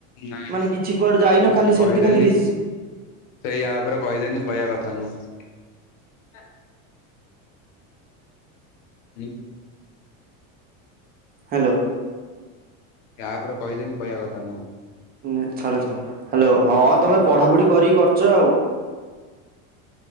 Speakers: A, on the left; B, on the right.
A: ନାଇଁ
B: ମାନେ
A: ନାଇଁ
B: କିଛି କୁଆଡେ ଯାଇନ ଖାଲି ସେମିତି
A: କହିଦେଲି
B: ଖାଲି ରିଜ୍
A: ସେଇ ଆପରେ କହିଦେଲି କହିବା କଥା ନୁହଁ। ହ ହୁଁ।
B: ହ୍ୟାଲୋ।
A: ୟାପରେ କହିଦେଲି କହିବା କଥା ନୁହଁ।
B: ହଁ ଛାଡ ଛାଡ ହ୍ୟାଲୋ ହଁ ତମେ ପଢାପଢି କରିକି କରୁଚ ଆଉ।